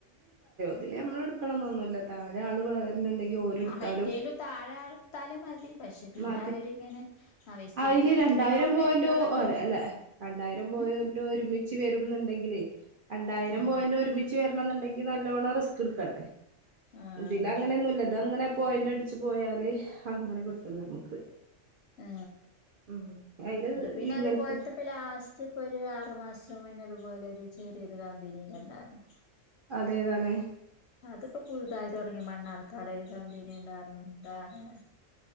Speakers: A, on the right; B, on the left.
A: അതില് നമ്മൾ എടുക്കണം എന്നൊന്നുമില്ല താഴ ആള് വേറെ ന്നുണ്ടെങ്കിൽ ഓര് എടുത്താലും
B: ആ മറ്റേലും താഴെ ഇട്ടാല് മതി പക്ഷെ പിന്നെ
A: മാതി
B: അവരിങ്ങനെ ആ വേസ്റ്റ്
A: അതില്
B: പിന്നെ
A: രണ്ടായിരം
B: പ്രൊഡക്റ്റുകളൊക്കെ
A: പോയന്റെോ അല്ലെ രണ്ടായിരം പോയന്റെ
B: ഉം
A: ഒരുമിച്ച് വരുണ്ടെങ്കിൽ രണ്ടായിരം
B: ആഹ്
A: പോയിന്റെ ഒരുമിച്ച് വരണം എന്നുണ്ടെങ്കിൽ ഈ നല്ലോണം റിസ്ക് എടുക്കണ്ടേ
B: ആഹ്
A: ഇതില് അങ്ങനെയൊന്നുയില്ല ഇതങ്ങനെ പോയിന്റ് അടിച്ച് പോയാലെ അങ്ങനെ കിട്ടും നമുക്ക്
B: ആ
A: ഉം അയില്
B: അ പിന്നെ
A: ഇങ്ങനത്തെ
B: അതുപോലത്തെപ്പ ലാസ്റ്റ് ഇപ്പൊ ഒരു ആറുമാസം ഇതുനുമുന്ന് ഇതുപോലെ ഒരു ചെറിയൊരു കമ്പനിയിലിണ്ടായിരുന്നു
A: അത്‌ ഏതാണ്
B: അതിപ്പോ പുതുതായി തുടങ്ങി മണ്ണാർക്കാട് ഒരു കമ്പനി ഉണ്ടായിരുന്നു എന്താണ്